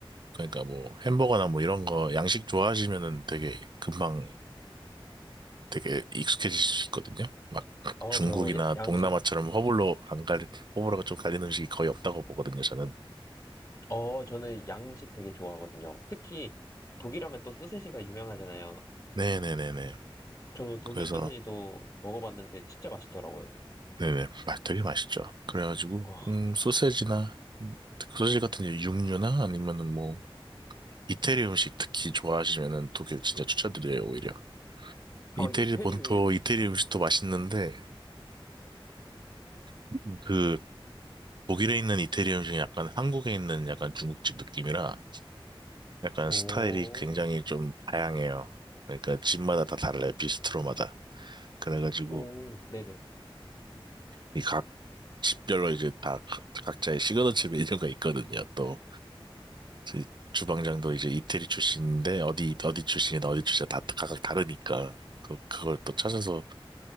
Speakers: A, on the right; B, on the left.
A: 그러니까 뭐 햄버거나 뭐 이런 거 양식 좋아하시면은 되게 금방 되게 익숙해질 수 있거든요. 막
B: 어,
A: 중국이나
B: 저 야- 양식,
A: 동남아처럼 허블로 안 갈, 허블호가 좀 갈리는 음식이 거의 없다고 보거든요, 저는.
B: 어, 저는 양식 되게 좋아하거든요. 특히 독일하면 또 소세지가 유명하잖아요.
A: 네네네네.
B: 저는 독일
A: 그래서
B: 소세지도 먹어봤는데 진짜 맛있더라고요.
A: 네네, 마- 되게 맛있죠. 그래가지고,
B: 와,
A: 음, 소세지나, 음, 소세지 같은 이제 육류나 아니면은 뭐, 이태리 음식 특히 좋아하시면은 독일 진짜 추천드려요, 오히려.
B: 아,
A: 이태리
B: 이태리의,
A: 본토, 이태리 음식도 맛있는데, 음, 그, 독일에 있는 이태리 음식이 약간 한국에 있는 약간 중국집 느낌이라, 약간
B: 오,
A: 스타일이 굉장히 좀 다양해요. 그러니까 집마다 다 달라요, 비스트로마다. 그래가지고,
B: 오, 네네.
A: 이 각 집별로 이제 다 각- 각자의 시그너처 메뉴가 있거든요, 또. 그 주방장도 이제 이태리 출신인데 어디 어디 출신이다 어디 출신이다 다 각각 다르니까 그 그걸 또 찾아서